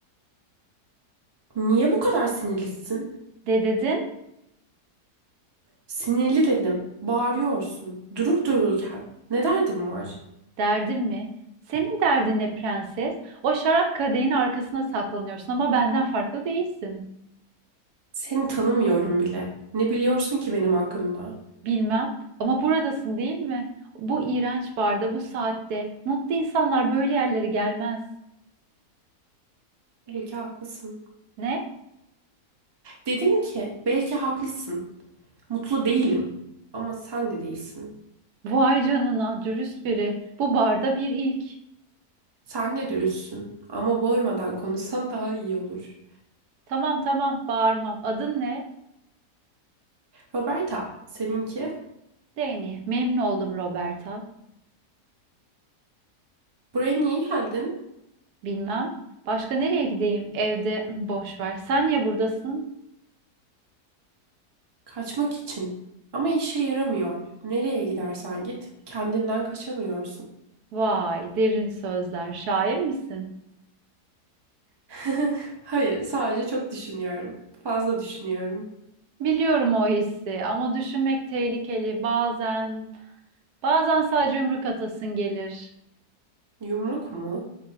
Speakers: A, on the right; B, on the right.
A: Niye bu kadar sinirlisin?
B: De dedin?
A: Sinirli dedim. Bağırıyorsun. Durup dururken. Ne derdin var?
B: Derdin mi? Senin derdin ne prenses? O şarap kadehin arkasına saklanıyorsun ama benden farklı değilsin.
A: Seni tanımıyorum bile. Ne biliyorsun ki benim hakkımda?
B: Bilmem ama buradasın değil mi? Bu iğrenç barda, bu saatte. Mutlu insanlar böyle yerlere gelmez.
A: Belki haklısın.
B: Ne?
A: Dedim ki, belki haklısın. Mutlu değilim. Ama sen de değilsin.
B: Vay canına, dürüst biri. Bu barda bir ilk.
A: Sen de dürüstsün ama bağırmadan konuşsan daha iyi olur.
B: Tamam tamam, bağırmam. Adın ne?
A: Roberta, seninki?
B: Danny. Memnun oldum Roberta.
A: Buraya niye geldin?
B: Bilmem. Başka nereye gideyim? Evde boş ver. Sen niye buradasın?
A: Kaçmak için. Ama işe yaramıyor. Nereye gidersen git, kendinden kaçamıyorsun.
B: Vay, derin sözler. Şair misin?
A: <laughs> Hayır, sadece çok düşünüyorum. Fazla düşünüyorum.
B: Biliyorum o hissi ama düşünmek tehlikeli. Bazen, bazen sadece yumruk atasın gelir.
A: Yumruk mu?